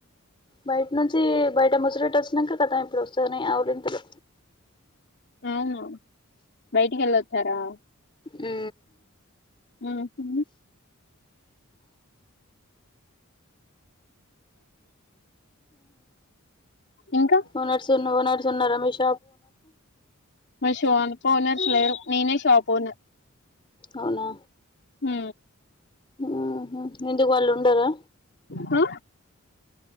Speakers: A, on the left; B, on the left.
A: బయట నుంచి బయట ముసిలిట్ వస్తుినక కతం ఇప్పుడు వస్తునియి ఆవులింంతలు
B: అవునా బయటికి వెళ్ళొచ్చారా
A: ఆ
B: ఉహు ఇంకా
A: ఓనర్స్ ఉన్న ఓనర్స్ ఉన్నారా రమేష్
B: షాప్ అ ఓనర్సలేరు నేనే షాప్ ఓనర్
A: అవునా
B: హ
A: ఆహా ఎందుకు వాళ్ళు ఉండరాా
B: హ